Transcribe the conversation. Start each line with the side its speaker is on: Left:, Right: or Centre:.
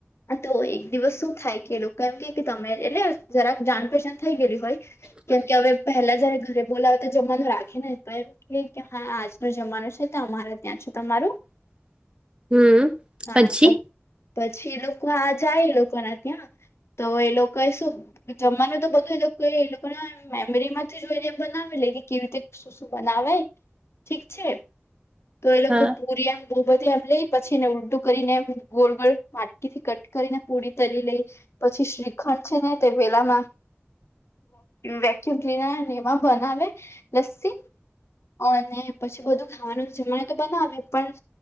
Left: આ તો એક દિવસ શું થાય કે લોકો એમ કે કે તમે એટલે જરા જાણ પહેચાન થઈ ગયેલી હોય. કેમ કે હવે પહેલા જ્યારે ઘરે બોલાવતા જમવાનું રાખે ને તો એમ કેય કે હા આજ નું જમવાનું છે તો અમારે ત્યાં છે તમારું
Right: <inaudible>
Left: હા
Right: પછી
Left: તો પછી એ લોકો આ જાય એ લોકો ના ત્યાં તો એ લોકો શું જમવાનું તો બધું એ લોકો એ લો પણ મેમરી માંથી જોઈને એમ બનાવી લેય કે કેવી રીતે શું શું બનાવે ઠીક છે તો એ લોકો
Right: હા
Left: પુરિ આમ બહુ બધી એમ લઈ પછી એને ઉલટું કરીને એમ ગોળ ગોળ માટકી થી કટ કરીને પૂરી તરી લેઈ પછી શ્રીખંડ છે ને તે વેલામાં વેક્યુમ ક્લીનર આવે એમાં બનાવે લસ્સી અને પછી બધું ખાવાનું જમાડે તો બનાવે પણ